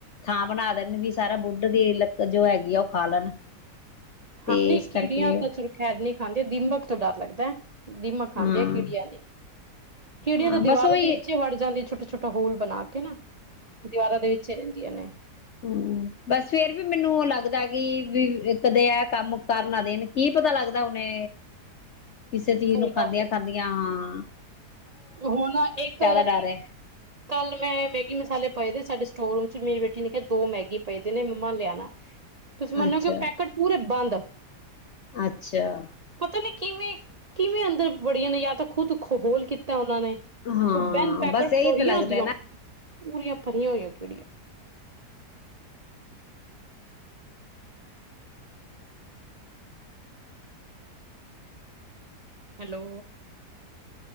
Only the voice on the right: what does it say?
ਹਾਂ ਨਹੀਂ
ਕੀੜੀਆਂ
ਤਾਂ ਚੁਰਖੈਰ ਨ ਖਾਂਦੀ ਦੀਮਕ ਤੋਂ ਡਰ ਲੱਗਦਾ। ਦੀਮਾ ਖਾਂਦੇ
ਆ ਕੀੜੀਆਂ ਨੇ ਕੀੜੀਆਂ
ਤੇ
ਦੀਵਾਰਾਂ
ਦੇ ਵਿੱਚੇ ਵੜ ਜਾਂਦੀ ਛੋਟੇ। ਛੋਟਾ ਗੋਲ ਬਣਾ। ਨਾ ਦੀਵਾਰਾਂ ਦੇ ਵਿੱਚੇ ਰਹਿੰਦੀਆਂ ਨੇ।
ਸਹੀ
ਗੱਲ ਹੈ
ਹੁਣ ਇੱਕ
ਕੱਲ ਮੈਂ ਮੈਗੀ ਮਸਾਲੇ ਪਾਏ ਤੇ ਸਾਡੇ ਸਟੋਰੂਮ ਚ ਮੇਰੀ ਬੇਟੀ ਨੇ ਕਿਹਾ ਦੋ ਮੈਗੀ ਪਏ ਤੇ ਨੇ ਮੰਮਾ ਲਿਆਉਣਾ। ਤੁਸੀਂ ਮੰਨੋ
ਕਿ ਉਹ ਪੈਕਟ ਪੂਰੇ ਬੰਦ।
ਪਤਾ ਨਾ ਕਿਵੇਂ। ਕਿਵੇਂ ਅੰਦਰ ਬੜੀਆਂ ਨੇ ਜਾਂ ਤਾਂ ਖੁਦ ਖੋਲ ਕੇ। ਉਹਨਾਂ ਨੇ
ਬਿੰਨ ਪੈਕਟ
ਖੋਰੀਆਂ
ਦੀਆਂ-
ਪੂਰੀਆਂ ਭਰੀਆਂ ਹੋਈਆਂ ਕਿਹੜੀਆਂ। ਹੈਲੋ।